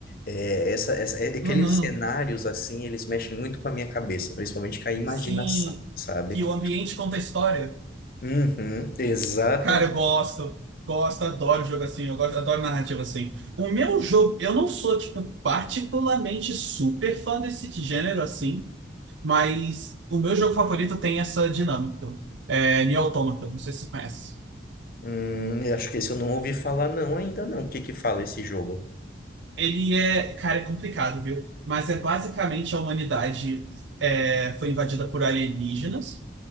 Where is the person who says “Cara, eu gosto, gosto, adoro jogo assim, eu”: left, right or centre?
Right